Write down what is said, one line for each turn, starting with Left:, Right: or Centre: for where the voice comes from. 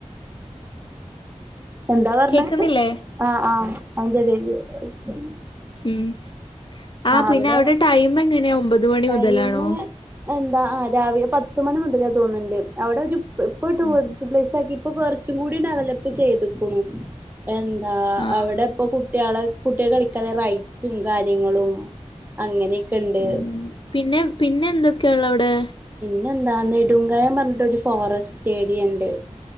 Right: എന്താ പറഞ്ഞത്
Left: കേക്കുന്നില്ലേ
Right: ആ ആ <unintelligible>
Left: ഉം ആ പിന്നെ
Right: അവിടെയാണ്
Left: അവിടെ ടൈം എങ്ങനെയാ ഒമ്പത് മണി
Right: ടൈമ്
Left: മുതലാണോ
Right: എന്താ രാവിലെ പത്ത് മണി മുതലാ തോന്ന്ണ്ട് അവിടെ ഒരു ഇപ്പോൊ ടൂറിസ്റ്റ്
Left: ഉം ഉം
Right: പ്ലേസ് ആക്കിട്ട് ഇപ്പൊ കൊറച്ചും കൂടി ഡെവലപ്പ് ചെയ്തുക്കണു എന്താ
Left: ആഹ്
Right: അവിടെ ഇപ്പൊ കുട്ടികളെ കുട്ടികെ കളിക്കാതെ റൈറ്റ്സും കാര്യങ്ങളും അങ്ങനെയൊക്കെ ഇണ്ട്
Left: ഉം പിന്നെ പിന്നെ എന്തൊക്കെയാള്ളോ അവിടെ
Right: പിന്നെ എന്താ നെടുംങ്കായം പറഞ്ഞിട്ട് ഒരു ഫോറസ്റ്റ് ഏരിയ ഇണ്ട്